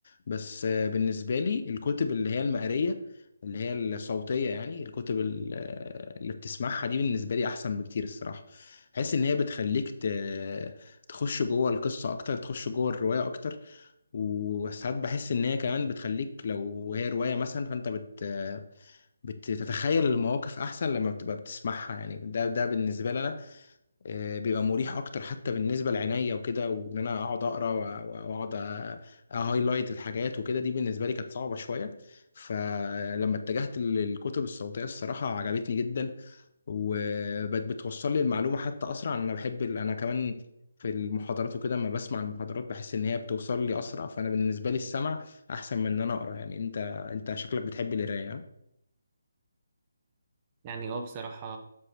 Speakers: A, on the left; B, on the right.
A: بس آه، بالنسبه لي الكتب اللي هي المقريه اللي هي الصوتيه يعني الكتب ال- اللي بتسمعها دي بالنسبه لي احسن بكتير الصراحه بحس ان هي بتخليك ت... تخش جوه القصه اكتر تخش جوه الروايه اكتر وساعات بحس ان هي كمان بتخليك لو هي روايه مثلا فانت بت... بتتخيل المواقف احسن لما بتبقى بتسمعها يعني ده ده بالنسبه لي انا آه، بيبقى مريح اكتر حتى بالنسبه لعينيا وكده وان انا اقعد اقرا و- واقعد أ- اهايلايت الحاجات وكده دي بالنسبه لي كانت صعبه شويه فلما اتجهت للكتب الصوتيه الصراحه عجبتني جدا وبتوصل لي المعلومة حتى أسرع أنا بحب ال- أنا كمان في المحاضرات وكده لما بسمع المحاضرات بحس إن هي بتوصل لي أسرع فأنا بالنسبة لي السمع أحسن من إن أنا أقرأ يعني أنت أنت شكلك بتحب القراية ها؟
B: يعني اه بصراحة